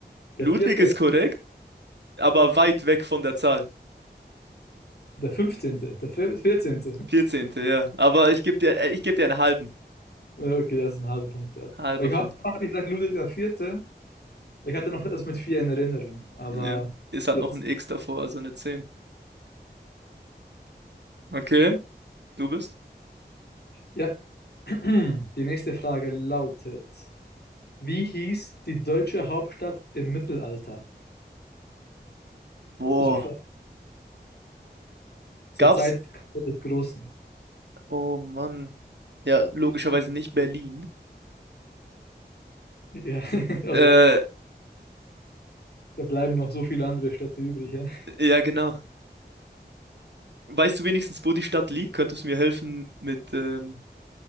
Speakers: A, on the left; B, on the right.
A: Der
B: Ludwig
A: Vierte,
B: ist korrekt, aber weit weg von der Zahl.
A: der Fünfzehnte, der Vier- Vierzehnte.
B: Vierzehnte, ja. Aber ich gebe dir, äh, ich gebe dir einen halben.
A: Ja, Okay, das ist ein halber Punkt wert.
B: Halber
A: Weil ich
B: Punkt.
A: habe hab ich gesagt Ludwig der Vierte, weil ich hatte noch das mit vier in Erinnerung, aber
B: Ja. Ist halt
A: 14.
B: noch ein X davor, also eine 10. Okay, du bist.
A: Ja, <clears throat> die nächste Frage lautet. Wie hieß die deutsche Hauptstadt im Mittelalter?
B: Boah.
A: Also vor, zur
B: Gab's?
A: Zeit Karl des Großen.
B: Oh Mann. Ja, logischerweise nicht Berlin.
A: Ja, <laughs> also
B: Äh,
A: da bleiben noch so viele andere Städte übrig. Ja,
B: ja, genau. Weißt du wenigstens, wo die Stadt liegt? Könntest du mir helfen mit, ähm,